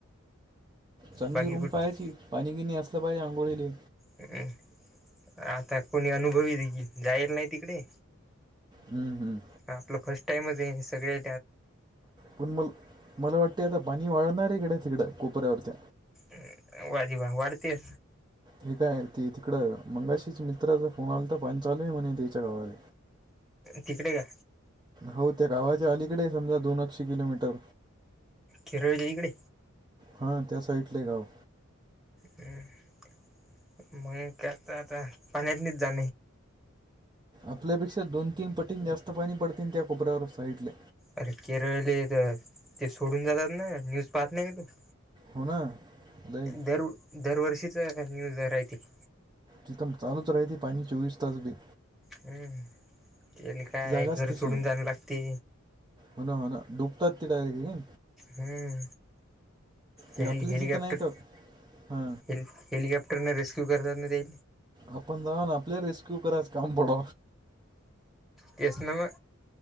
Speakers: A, on the right (about 20°); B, in the centre.
A: चांगली
B: बाकी
A: रूम
B: कुठे
A: पाहायची पाणी गिणी असलं पाहिजे आंघोळीले.
B: हम् आता कोणी अनुभवी जायला नाही तिकडे.
A: हम्म हम्म.
B: आपलं फर्स्ट टाईमच आहे सगळे.
A: पण म मला वाटते आता पाणी वळणार आहेकडे तिकडं कोपऱ्यावरती.
B: <inaudible> वाजी वा वाढतेय.
A: हे काय त तिकडं मंगाशीच्या मित्राचा फोन आला तर पंचालूय म्हणे त्याच्या गावाात.
B: तिकडे का.
A: हो त्या गावाच्या अलीकडे समजा दोन अक्षे किलोमीटर.
B: खेरळयईकडे.
A: हा त्या साइडले गाव.
B: म् मग काता आता पाणी पनीत जा.
A: आपल्यापेक्षा दोन तीन पटीं जास्त पाणी पडते त्या कोबऱ्यावर साईटले.
B: अरे केरळ तर ते सोडून जातात ना न्यूज पाहत नाही का तू
A: हो ना लय
B: दर दरवर्षीचा न्यूज राहतील
A: शथम चालूच राहती पाणी चोवीस तास बी
B: हम्म त्या काय
A: ती जागाच
B: घर
A: तशी
B: सोडून
A: आहे
B: जाणं लागते
A: हो ना हो ना डुबतात ती टाे क
B: हम्म हे
A: ते आपलीच
B: हेलिकॉप्टर
A: इथं नाही का हा
B: हे हेलिकॉप्टरन रेस्क्यू करतात ना ते
A: अपण द ना आपल्या रेस्क्यू कराच काम पड
B: केस नामा